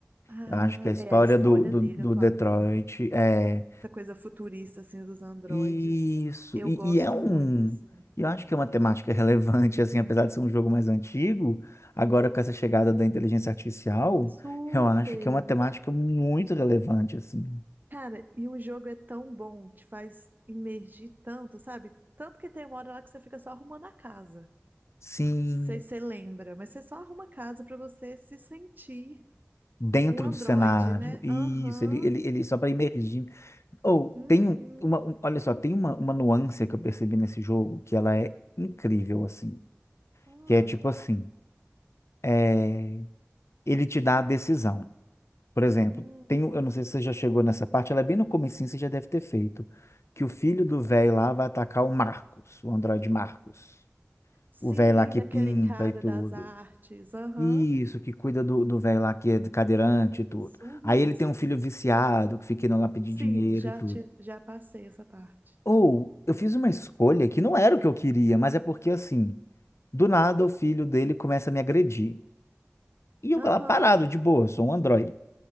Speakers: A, on the right; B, on the left.
A: Ah,
B: Eu acho que a história
A: é a história
B: do, do,
A: dele,
B: do
A: eu tô
B: Detroit
A: amando.
B: é
A: Essa coisa futurista, assim, dos androides,
B: isso.
A: eu
B: E,
A: gosto
B: e é um.
A: muito, assim.
B: Eu acho que é uma temática relevante, assim, apesar de ser um jogo mais antigo, agora com essa chegada da inteligência artificial,
A: Super!
B: eu acho que é uma temática muito relevante, assim.
A: Cara, e o jogo é tão bom, te faz imergir tanto, sabe? Tanto que tem uma hora lá que você fica só arrumando a casa.
B: Sim.
A: Sei se você lembra, mas você só arruma a casa pra você se sentir
B: dentro
A: Um Android,
B: do cenário.
A: né?
B: Isso,
A: Aham.
B: ele, ele, ele só para imergir. Ou
A: Uhum.
B: tem um- uma, um- olha só, tem uma, uma nuance que eu percebi nesse jogo que ela é incrível assim,
A: Ah.
B: que é tipo assim, é, ele te dá a decisão. Por exemplo,
A: Hum.
B: tem, um- eu não sei se você já chegou nessa parte, ela é bem no comecinho, você já deve ter feito, que o filho do velho lá vai atacar o Marcos, o androide Marcos.
A: Sim,
B: O velho lá que
A: daquele
B: pinta
A: cara
B: e tudo.
A: das artes. Aham.
B: Isso, que cuida do, do velho lá que é cadeirante
A: Isso.
B: e tudo.
A: Uhum.
B: Aí ele tem
A: Sim,
B: um filho
A: sim.
B: viciado que fica indo lá pedir
A: Sim,
B: dinheiro
A: já,
B: e tudo.
A: te, já passei essa parte.
B: Ou eu fiz uma escolha que não era o que eu queria, mas é porque assim, do nada o filho dele começa a me agredir. E eu
A: Aham.
B: lá parado, de boa, eu sou um androide.